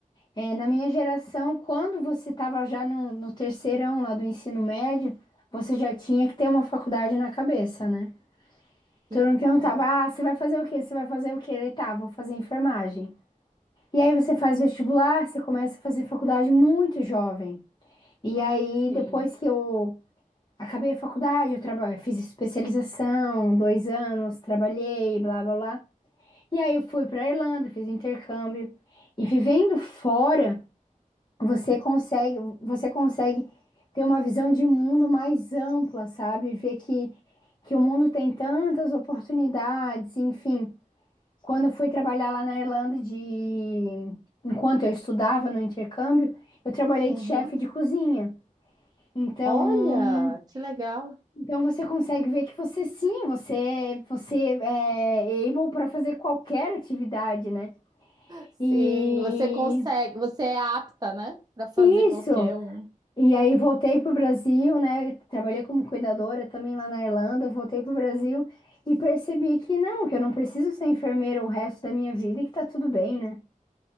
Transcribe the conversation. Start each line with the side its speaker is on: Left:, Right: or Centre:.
Left: eh, na minha geração, quando você estava já no, no terceirão lá do ensino médio, você já tinha que ter uma faculdade na cabeça, né?
Right: Então,
Left: Todo mundo perguntava: ah, você vai fazer o quê? Você vai fazer o quê? Daí, tá, vou fazer enfermagem. E aí você faz vestibular, você começa a fazer faculdade muito jovem. E aí,
Right: sim.
Left: depois que eu acabei a faculdade, eu traba- fiz especialização, dois anos, trabalhei, blá blá blá. E aí eu fui para Irlanda, fiz intercâmbio. E vivendo fora, você consegue, você consegue ter uma visão de mundo mais ampla, sabe? Ver que, que o mundo tem tantas oportunidades, enfim. Quando eu fui trabalhar lá na Irlanda de enquanto eu estudava no intercâmbio, eu trabalhei
Right: Uhum.
Left: de chefe de cozinha. Então,
Right: Olha, que legal.
Left: então você consegue ver que você sim, você você é able para fazer qualquer atividade, né?
Right: Sim,
Left: E
Right: você consegue, você é apta, né, para fazer
Left: isso.
Right: qualquer um.
Left: E aí voltei pro Brasil, né? Trabalhei como cuidadora também lá na Irlanda, voltei pro Brasil e percebi que não, que eu não preciso ser enfermeira o resto da minha vida e que tá tudo bem, né?